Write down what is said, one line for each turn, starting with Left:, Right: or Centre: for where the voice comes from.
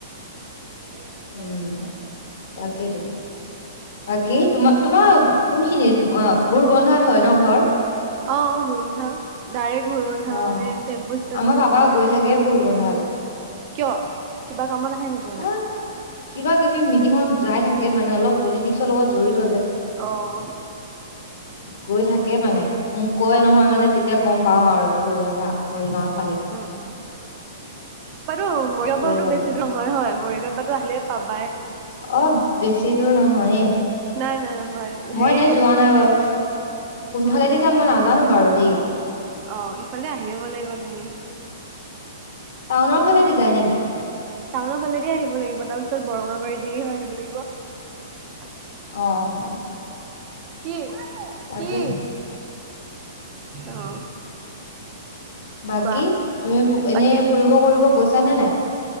Right: <unintelligible>
Left: উম তাকেইতো বাকী তোমাৰ তোমাৰ কোনখিনি ভোৰ বন্ধাত হয় ন ঘৰ?
Right: অ ভবন্ধা ডাইৰেক্ট ভৰবন্ধা
Left: অ
Right: মানে টেম্পু ষ্টেড
Left: আমাৰ পাপা
Right: টোৰ
Left: গৈ
Right: ওচৰতে।
Left: থাকে ভোৰ বন্ধালে
Right: কিয় কিবা কামত আহে নেকি এনে?
Left: অ কিবা কিবি মিটিঙত যাই থাকে মানে অলপ পলিটিক্সৰ লগত জড়িত যে।
Right: অ',
Left: গৈ থাকে মানে মোক কয় নহয় মানে তেতিয়া গম পাও আৰু ভোৰবন্ধা মৰিগাঁৱৰ।
Right: উম উম বাৰু মৰিগাঁ
Left: সেইবাবে
Right: পাৰতো বেছি ধৰ হয় হয় মৰিগাঁ প। লে পাবাই
Left: অ বেছি দূৰ নহয়।
Right: নাই, নাই নহয়
Left: মই
Right: হেৰি
Left: এনে যোৱা নাই বাৰ কোনফালেদি
Right: উম,
Left: যাম মই নাজানো বাৰু। দে
Right: অ ইফালে আহিব লাগিব তুমি
Left: টাউনৰ ফালে দি যায় নেকি?
Right: টাউনৰ ফালেদি আহিব লাগিব তাৰপিছত বৰঙাবাৰী দি হয় আহিব লাগিব
Left: অ অ
Right: কি
Left: তাকে
Right: কি
Left: টো।
Right: অ
Left: বাকী
Right: কোৱা
Left: তুমি এনেই
Right: বাকী
Left: ফুৰিব কৰিব গৈছা নে নাই?